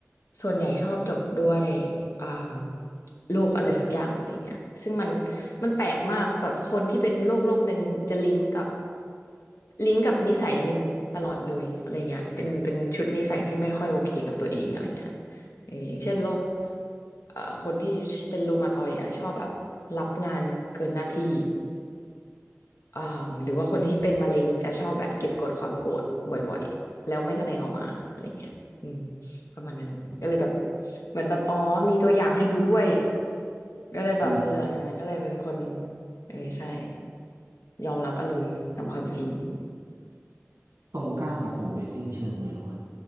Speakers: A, on the left; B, on the right.
A: ส่วนใหญ่ชอบจบด้วยอ่าโรคอะไรสักอย่างอะไรเงี้ยซึ่งมันมันแปลกมากแบบคนที่เป็นโรคโรคหนึ่งจะลิงก์กับ ลิงก์กับนิสัยหนึ่งตลอดเลยอะไรเงี้ยเป็นเป็นชุดนิสัยที่ไม่ค่อยโอเคกับตัวเองอะไรเงี้ยเอออย่างเช่นโรคเอ่อคนที่เป็นรูมาตอยด์อ่ะชอบแบบรับงานเกินหน้าที่อ่าหรือว่าคนที่เป็นมะเร็งจะชอบแบบเก็บกดความโกรธบ่อยๆแล้วไม่แสดงออกมาอะไรเงี้ยอืมประมาณนั้นก็เลยแบบเหมือนแบบอ๋อมีตัวอย่างให้ดูด้วยก็เลยแบบเออหลังจากนั้นก็เลยเป็นคน
B: อืม
A: เออใช่ยอมรับอารมณ์ตามความจริง
B: ตรงข้ามกับผมโดยสิ้นเชิงเลยรู้ปะ